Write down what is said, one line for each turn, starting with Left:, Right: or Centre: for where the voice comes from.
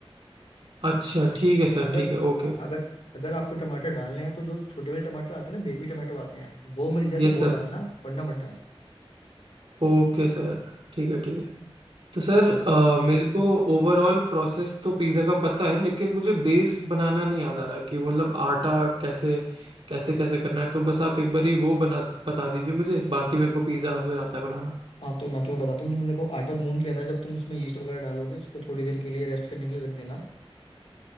Right: अच्छा ठीक है सर
Left: अगर
Right: ठीक है okay
Left: अगर अगर आपको टमाटर डालने हैं तो जो छोटे वाले टमाटर आते हैं ना बेबी टमाटो आते हैं वो मिल जाए
Right: Yes
Left: तो वो
Right: sir
Left: डालना वरना मत डालना
Right: Okay sir ठीक है ठीक है तो सर
Left: अब
Right: अ, मेरे को ओवरऑल प्रोसेस तो पिज़्ज़ा का पता है लेकिन मुझे बेस बनाना नहीं याद आ रहा कि मतलब आटा कैसे कैसे कैसे करना है तो बस आप एक बार ही वो बना बता दीजिए मुझे बाकी मेरे को पिज़्ज़ा फिर आता है बनाना
Left: हाँ तो मैं तुम्हें बताता हूँ तुम देखो आटा गूंद लेना जब तुम उसमें यीस्ट वगैरह डालोगे उसको थोड़ी देर के लिए रेस्ट करने के लिए रख देना